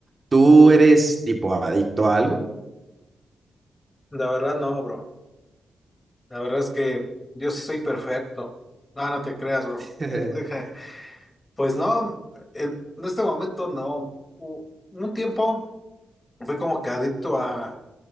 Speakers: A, on the right; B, on the left.
A: tú eres tipo adicto a algo?
B: La verdad no, bro. La verdad es que yo sí soy perfecto. No, no te creas, bro.
A: <laughs>
B: Di- Deja. Pues no, en, en este momento no. U- Un tiempo fui como que adicto a